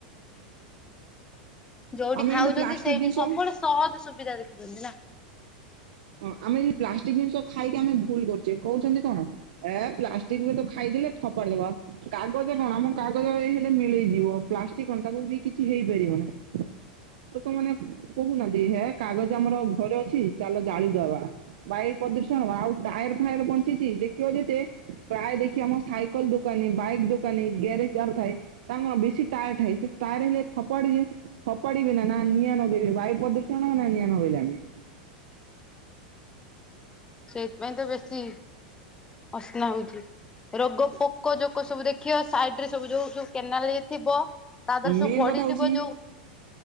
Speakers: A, on the left; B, on the right.
A: ଯଉଠି
B: ଆମେ
A: ଖାଉଚନ୍ତି
B: କିନ୍ତୁ ପ୍ଲାଷ୍ଟିକ
A: ସେଇଠି
B: ଜିନିଷ
A: ସବୁବେଳେ ସହଜ ସୁବିଧା ଦେଖୁଚନ୍ତି ନା।
B: ହଁ ଆମେ ଇ ପ୍ଲାଷ୍ଟିକ୍ ଜିନିଷ ଖାଇକି ଆମେ ଭୁଲ୍ କରୁଚେ କହୁଛନ୍ତି କଣ। ଏ ପ୍ଲାଷ୍ଟିକ୍ ରେ ତ ଖାଇଦଲେ ଫଫାଡି ଦବା। କାଗଜ କଣ ଆମ କାଗଜ ହେଇଲେ ମିଳେଇ ଯିବ ପ୍ଲାଷ୍ଟିକ୍ କଣ ତାକୁ ବି କିଛି ହେଇପାରିବ ନା। ଲୋକମାନେ କହୁନାହାନ୍ତି ହେ କାଗଜ ଆମର ଘରେ ଅଛି ଚାଲ ଜାଳିଦବା। ବାୟୁ ପ୍ରଦୂଷଣ ଆଉ ଟାୟର୍ ଫାୟାର୍ ବଞ୍ଚିଚି ଦେଖିବ ଯେତେ ପ୍ରାୟ ଦେଖିଆ ମ ସାଇକଲ ଦୋକାନୀ ବାଇକ୍ ଦୋକାନୀ ଗ୍ୟାରେଜ୍ ଯାହାର ଥାଏ। ତାଙ୍କର ବେଶୀ ଟାୟା ହେଇଛି ସେ ଟାୟାର ହେଲେ ଫପାଡି ରେ ଫପାଡିବେ ନା ନା ନିଆଁ ନଗେଇ‌ବେ ବାୟୁ ପ୍ରଦୂଷଣ ନା ନିଆଁ ନଗଇଲେ ଆମେ।
A: ସେଇତ୍ ପାଇଁ ତ ବେଶୀ ଅସ୍ନା ହଉଚି ରୋଗ ପ ପୋକ ଜୋକ ସବୁ ଦେଖିବା ସାଇଡ୍ ରେ ସବୁ ଯୋଉ ଯୋଉ କେନାଲରେ ଥିବ। ତା ଦରେ ସବୁ
B: ମେନ୍
A: ପଢିଥିବ
B: କଥା ହଉଛି
A: ଯୋଉ।